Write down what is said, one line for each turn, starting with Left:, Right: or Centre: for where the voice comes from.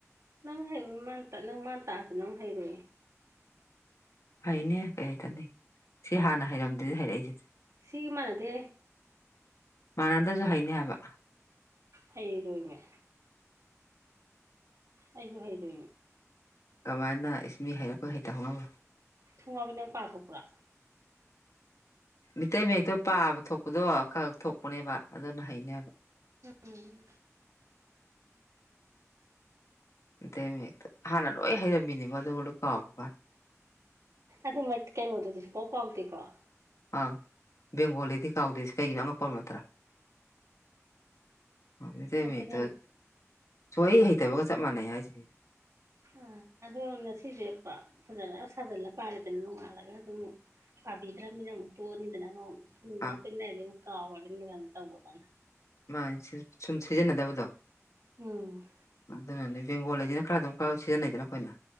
Right: ꯅꯪ ꯍꯔ ꯅꯪ ꯃꯥꯟ ꯇꯥꯑꯁꯨ ꯅꯪ ꯍꯩꯔꯣꯏꯑꯦ
Left: ꯍꯩꯅꯦ ꯀꯔꯤ ꯍꯥꯏꯇꯅꯤ ꯁꯤ ꯍꯥꯟꯅ ꯍꯩꯔꯝꯗꯗꯤ ꯍꯥꯏꯩꯔꯛꯏꯁꯦꯁꯦ
Right: ꯁꯤꯒ ꯃꯥꯟꯅꯗꯦ
Left: ꯃꯥꯟꯅꯗꯁꯨ ꯍꯩꯅꯤ ꯍꯥꯏꯕ
Right: ꯍꯩꯔꯣꯏꯃꯦ ꯑꯩꯕꯨ ꯍꯩꯔ
Left: ꯀꯃꯥꯏꯅ ꯏꯁꯃꯤ ꯍꯩ ꯑꯩꯈꯣꯏ ꯍꯩꯇꯍꯧꯅꯕ꯭ꯔꯣ
Right: ꯊꯨꯡꯉꯕꯩ ꯅꯪ ꯇꯣꯛ ꯈ
Left: ꯃꯤꯇꯩ ꯃꯌꯦꯛꯇꯣ ꯄꯥꯕ ꯊꯣꯛꯄꯗꯣ ꯈꯔ ꯊꯣꯛꯄꯅꯦꯕ ꯑꯗꯨꯅ ꯍꯩꯅꯦꯕ
Right: ꯎꯝ
Left: ꯑꯇꯩ ꯃꯌꯦꯛꯇꯣ ꯍꯥꯟꯅ ꯂꯣꯏ ꯍꯩꯔꯝꯃꯤꯅꯦꯕ ꯑꯗꯨꯒ ꯂꯣꯏ ꯀꯥꯎꯕꯀ
Right: ꯑꯗꯨꯃꯛ ꯀꯩꯅꯣꯗꯨꯗꯤꯁꯨꯨ ꯀꯥꯎ ꯀꯥꯎꯗꯦꯀꯣ
Left: ꯑꯪ ꯕꯦꯡꯒꯣꯜꯗꯤ ꯀꯥꯎꯗꯦꯁꯦ ꯀꯩꯒꯤꯅꯣ ꯑꯉꯛꯄ ꯅꯠꯇ꯭ꯔꯥ ꯑꯃꯗ
Right: ꯑꯗꯨꯅ
Left: ꯃꯤꯠ
Right: ꯌꯥꯝ
Left: ꯁꯣꯏ ꯑꯩ ꯍꯩꯇꯕꯒ ꯆꯞ ꯃꯥꯟꯅꯩ ꯍꯥꯏꯁꯤꯅꯦ
Right: ꯑꯥ ꯑꯗꯣ ꯉꯁꯤꯁꯦ ꯐꯖꯅ ꯁꯥꯖꯜꯂ ꯄꯥꯔꯤꯗꯅ ꯅꯣꯡꯉꯥꯜꯂꯒ ꯑꯗꯨꯝ ꯄꯥꯕꯤꯗ꯭ꯔꯃꯤꯛꯇꯅꯤꯗꯅꯅ ꯃꯥ
Left: ꯑꯥ
Right: ꯇ ꯍꯥꯏ ꯀꯋꯥꯅ ꯇꯧꯧꯕꯗꯅꯤ
Left: ꯃꯥ ꯁꯨꯝ ꯁꯤꯖꯤꯟꯅꯗꯕꯗꯣ
Right: ꯎꯝ
Left: ꯑꯗꯨꯅꯅꯦ ꯕꯦꯡꯒꯣꯜ ꯂꯩꯁꯤꯅ ꯈꯔ ꯑꯗꯨꯝ ꯈꯔ ꯁꯤꯖꯤꯟꯅꯩꯗꯅ ꯑꯩꯈꯣꯏꯅ